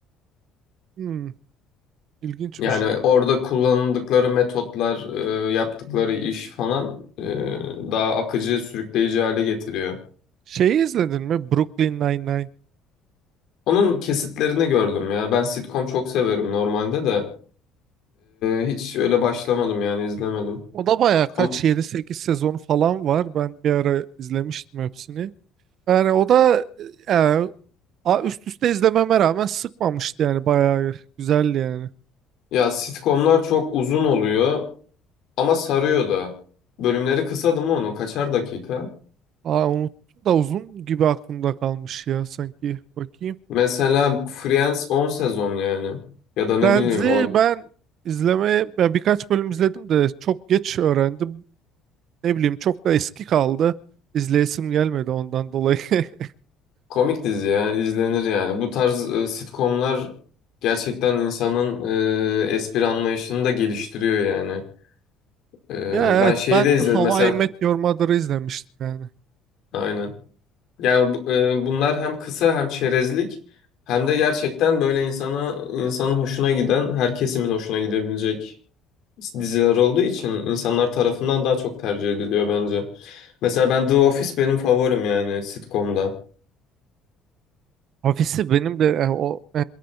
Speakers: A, on the right; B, on the left.
A: Hmm, ilginçmiş.
B: Yani orada kullandıkları metotlar, e, yaptıkları iş falan e, daha akıcı, sürükleyici hale getiriyor.
A: Şeyi izledin mi? Brooklyn Nine-Nine.
B: Onun kesitlerini gördüm ya. Ben sitcom çok severim normalde de e, hiç öyle başlamadım yani izlemedim.
A: O da bayağı kaç
B: Ama,
A: yedi sekiz sezonu falan var. Ben bir ara izlemiştim hepsini. Yani o da e, yani, a- üst üste izlememe rağmen sıkmamıştı yani bayağı güzeldi yani.
B: ya sitcomlar çok uzun oluyor ama sarıyor da. Bölümleri kısa değil mi onun? Kaçar dakika?
A: Aa unuttum da uzun gibi aklımda kalmış ya sanki. Bakayım.
B: Mesela Friends 10 sezon yani. Ya da ne
A: Friends'i
B: bileyim o
A: ben izlemeye ben birkaç bölüm izledim de çok geç öğrendim. Ne bileyim çok da eski kaldı. İzleyesim gelmedi ondan dolayı. <laughs>
B: Komik dizi ya izlenir yani. Bu tarz e, sitcomlar gerçekten insanın e, espri anlayışını da geliştiriyor yani. E,
A: Ya
B: ben
A: evet
B: şeyi
A: ben
B: de izledim
A: How
B: mesela.
A: I Met Your Mother'ı izlemiştim yani.
B: <clears throat> Aynen. Yani bu- e, bunlar hem kısa hem çerezlik hem de gerçekten böyle insana insanın hoşuna giden her kesimin hoşuna gidebilecek diziler olduğu için insanlar tarafından daha çok tercih ediliyor bence. Mesela ben The Office benim favorim yani sitcomda.
A: Ofisi benim de e, o e,